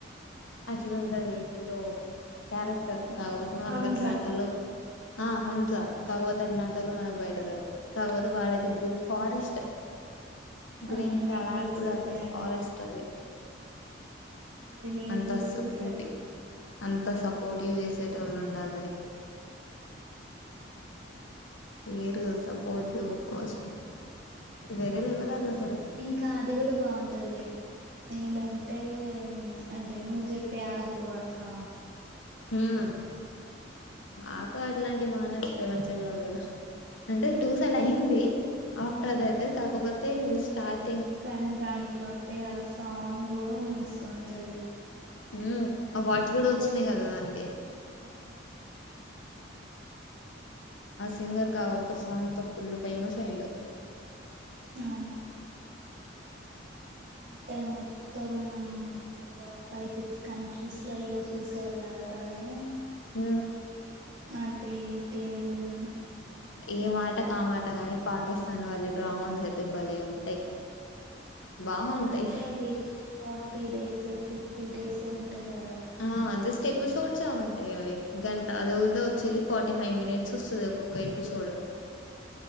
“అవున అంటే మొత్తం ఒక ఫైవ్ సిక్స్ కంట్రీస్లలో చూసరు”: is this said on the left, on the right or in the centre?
Right